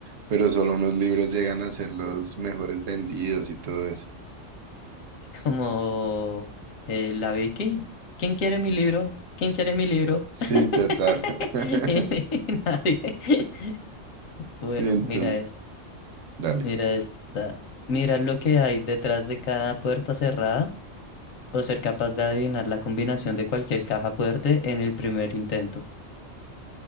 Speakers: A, on the right; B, on the left.
A: pero solo unos libros llegan a ser los mejores vendidos y todo eso.
B: <laughs> Como eh, la Vicky, ¿quién quiere mi libro? ¿Quién quiere mi libro?
A: Sí,
B: <laughs>
A: total. <laughs>
B: Nadie. <laughs> Bueno,
A: Sí, entonces,
B: mira esto.
A: dale.
B: Mira esta. Mira lo que hay detrás de cada puerta cerrada o ser capaz de adivinar la combinación de cualquier caja fuerte en el primer intento.